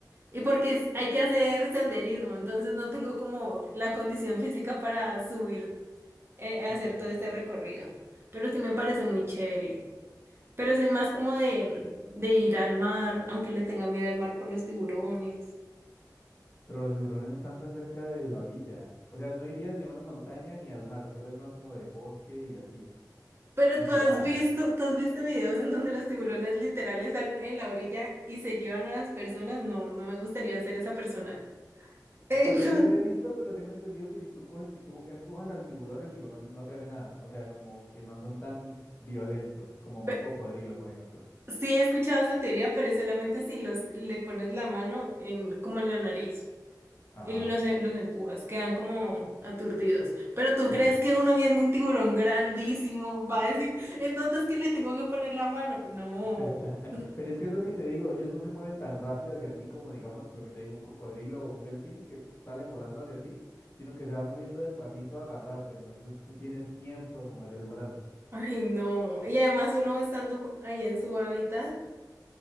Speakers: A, on the right (about 35°); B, on the left (about 30°).
A: Y porque es- hay que hacer senderismo, entonces no tengo como la condición física para subir, eh,
B: Ok.
A: hacer todo ese recorrido. Pero sí me parece muy chévere. Pero soy más como de, de ir al mar, aunque le tenga miedo al mar por los tiburones.
B: Pero los tiburones no están tan cerca de la orilla. O sea, no irías ni a una montaña ni al mar, tú eres más como de bosque y así,
A: Pero
B: y ciudades.
A: tú has visto, tú has visto videos en donde los tiburones literal están en la orilla y se llevan a las personas. No, no me gustaría ser esa persona. <laughs> Entonces,
B: O sea, sí las he visto, pero tengo entendido que si tú coges, si tú empujas al tiburón, el tiburón no te hace nada. O sea, como que no son tan violentos, como un
A: pe-
B: cocodrilo, por ejemplo.
A: sí he escuchado esa teoría, pero es solamente si los le pones la mano en, como en la nariz
B: Ajá,
A: y los, e- los empujas, quedan como aturdidos. Pero tú
B: sí.
A: crees que uno viendo un tiburón grandísimo va a decir, entonces que le tengo que poner la mano. No,
B: <laughs> Pero es que es lo que te digo, ellos no se mueven tan rápido hacia ti como, digamos, lo que te digo, un cocodrilo o un delfín que salen volando hacia ti, sino que se van moviendo despacito a agarrarte. Entonces tú tienes tiempo de mover el brazo.
A: ay no. Y además uno estando ahí en su hábitat.